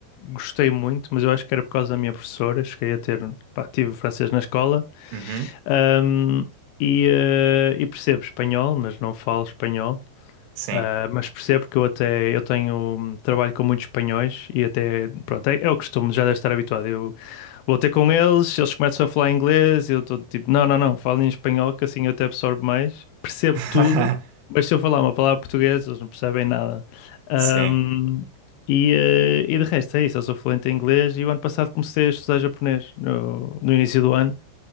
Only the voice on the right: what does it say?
Uhum,
sim.
<laughs>
Sim.